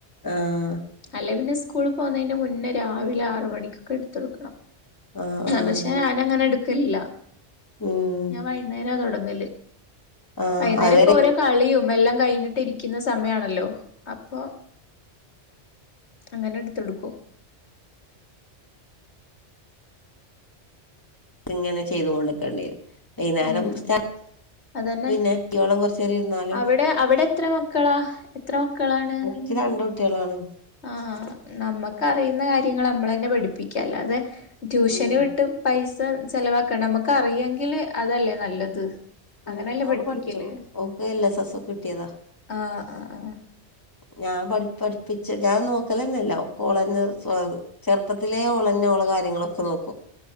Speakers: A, on the left; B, on the left.
A: ആഹ
B: അലങ്കി പിന്നെ സ്കൂൾ പോകുന്നതിന് മുന്നേ രാവിലെ ആറ് മണിക്കൊക്കെ എടുത്തൊടുക്കണം.
A: ആഹ് ആഹ്
B: പക്ഷെ ഞാന അങ്ങനെ എടുക്കലില്ല.
A: ഉം
B: ഞാൻ വൈകുന്നേരം തൊ ടങ്ങല്
A: ആഹ്
B: വൈുന്നേരക്കെ
A: അതുവരെ
B: ഓരോ കളിയും എല്ലാം കഴിഞ്ഞിട്ട് ഇരിക്കുന്ന സമയണല്ലോ അപ്പൊ അങ്ങനെ എടുത്ത്ടുക്കും
A: ഇങ്ങനെ ചെയ്തൊണ്ടിക്കേണ്ടരും വൈകുന്നേരം
B: ഉം
A: സ്റ്റാ
B: അതന്നെ
A: പിന്നെ കുട്ട്യോളും കൊറച്ചേരം ഇരുന്നാലും
B: അവിടെ അവിടെ എത്ര മക്കളാ എത്ര മക്കളാണ്
A: ഇച്ച് രണ്ട് കുട്ടികളാണ്.
B: ആഹ നമ്മുക്ക് അറിയുന്ന കാര്യങ്ങൾ നമ്മളന്നെ പഠിപ്പിക്കല്ലാതെ ട്യൂഷന്
A: ഉം
B: വിട്ടും പൈസ ചെലവാക്കണം നമ്മുക്ക് അറിയെങ്കില് അതല്ലേ നല്ലത്
A: ഉം
B: അങ്ങനല്ലേ
A: ഓള്
B: പഠപ്പിക്കല്
A: പഠിച്ചു ഓക്ക് എൽ എസ് എസ് ഒക്കെ കിട്ടിയതാ
B: ആഹ ആഹ ആഹ
A: ഞാൻ പ പഠിപ്പിച്ച് ഞാൻ നോക്കലന്നല്ല ഒക്കളന്നെ സ്വ ചെറുപ്പത്തിലെ ഓളന്നെ കാര്യങ്ങളൊക്കെ നോക്കും